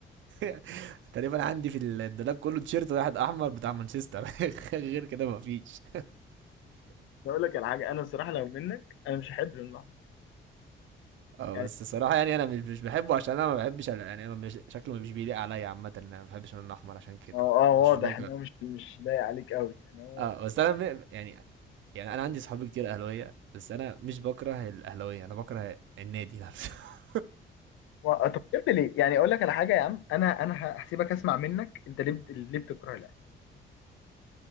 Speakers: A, on the right (about 75°); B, on the left (about 80°).
A: <laughs> تقريبا عندي في الدولاب كله تيشيرت واحد احمر بتاع مانشستر <laughs> غير كده ما فيش
B: بقول لك على حاجه انا الصراحه لو منك انا مش هحب اللحظه
A: اه
B: يعني
A: بس الصراحه يعني انا مش مش بحبه عشان انا ما بحبش ال- يعني انا مش شكله مش بيليق عليا عامه انا ما بحبش اللون الاحمر عشان كده
B: هو اه
A: مش
B: واضح
A: مش بكره
B: ان هو مش مش لايق عليك قوي يعني هو
A: اه
B: واضح
A: بس انا م- يعني يعني انا عندي صحابي كتير اهلاويه بس انا مش بكره الاهلاويه انا بكره النادي نفسه <laughs>
B: و- طب بجد ليه يعني اقول لك على حاجه يا عم انا انا ه- هسيبك اسمع منك انت ليه بت- ليه بتكره الاهلي